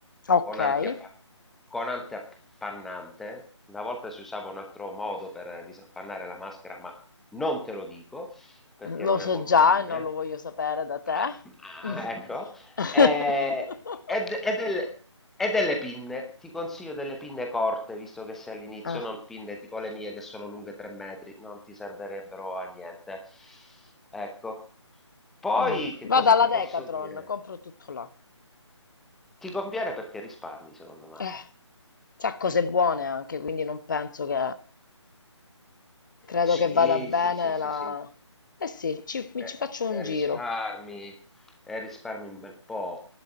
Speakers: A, on the left; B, in the centre.
A: Ok,
B: con
A: Eh,
B: antiappan- con antiappannante. Una volta si usava un altro modo per disappannare la maschera, ma non te lo dico perché
A: Lo
B: non
A: so
B: è molto
A: già
B: fine.
A: e non lo voglio sapere da te.
B: Ah,
A: Mm.
B: ah, ecco,
A: <laughs>
B: eh, E, d- e del- e delle pinne, ti consiglio delle pinne corte, visto che sei all'inizio,
A: Ah,
B: non pinne tipo le mie che sono lunghe 3 metri, non ti servirebbero a niente. Ecco. Poi
A: Mm.
B: che
A: Vado
B: cosa
A: alla
B: ti
A: Decathlon,
B: posso dire?
A: compro tutto là.
B: Ti conviene perché risparmi, secondo me.
A: Eh, c'ha cose buone anche, quindi non penso che... Credo
B: Sì,
A: che vada bene
B: sì, sì, sì,
A: la...
B: sì.
A: Eh sì, ci, mi
B: Eh,
A: ci faccio
B: eh,
A: un giro.
B: risparmi, eh, risparmi un bel po'.